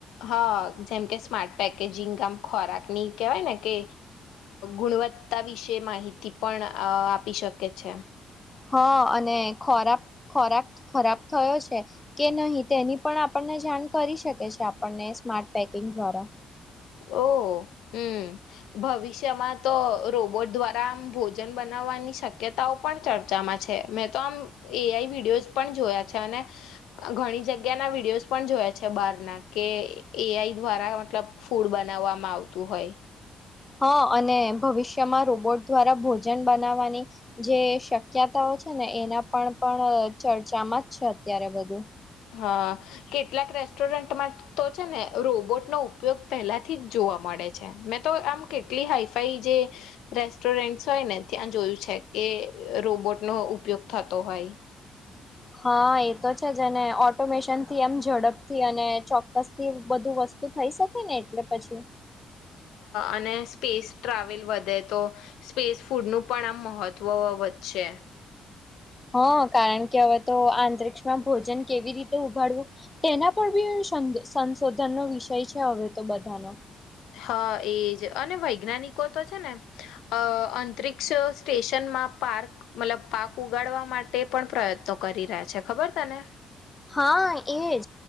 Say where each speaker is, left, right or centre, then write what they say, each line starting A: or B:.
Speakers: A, on the left (about 85°); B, on the left (about 15°).
A: હા જેમ કે સ્માર્ટ પેકેજિંગ ગામ ખોરાકની કેહેવાય ને કે ગુણવત્તા વિશે માહિતી પણ આપી શકે છે
B: હા અને ખોરાબ ખોરાક ખરાબ થયો છે કે નહી તેની પણ આપણને જાણ કરી શકે છે આપણને સ્માર્ટ પેકિંગ દ્વારા
A: ઓ હમ્મ ભવિષ્યમાં તો રોબોટ દ્વારા આમ ભોજન બનાવવાની શક્યતાઓ પણ ચર્ચામાં છે મેં તો આમ એઆઈ વિડીિયોઝ પણ જોયા છે અને ઘણી જગ્યાના વિડીયોઝ પણ જોયા છે બહાર ના કે એઆઈ દ્વારા મતલબ ફૂડ બનાવવામાં આવતું હોય
B: હા અને ભવિષ્યમાં રોબોટ દ્વારા ભોજન બનાવવાની જે શક્યતાઓ છે ને એના પણ પણ ચર્ચામાં જ છે અત્યારે બધું
A: હ કેટલાક રેસ્ટોરન્ટમાં તો છે ને રોબોટનો ઉપયોગ પહેલાથી જ જોવા મળે છે મે તો આમ કેટલી હાઈફાઈ જે રેસ્ટોરન્ટસ હોય ને ત્યાં જોયું છે કે રોબોટનો ઉપયોગ થતો હોય
B: હા એતો છે જ અને ઓટોમેશન થી એમ ઝડપથી અને ચોક્કસ થી બધું વસ્તુ થઈ શકે ને એટલે પછી
A: અને સ્પેસ ટ્રાવેલ વધે તો સ્પેસ ફૂડનું પણ આમ મહત્ત્વ વધશે
B: હા કારણ કે હવે તો આંત્રીર્ષમાં ભોજન કેવી રીતે ઉગાડવું તેના પર બી સંશોધનનો વિષય છે હવે તો બધાનો
A: હા એજ અને વૈજ્ઞાનિકો તો છે ને અ અંત્રીર્ષ સ્ટેશનમાં પાર્ક મતલબ પાક ઉગાડવા માટે પણ પ્રયત્નો કરી રહ્યા છે ખબર ત ને
B: હા એજ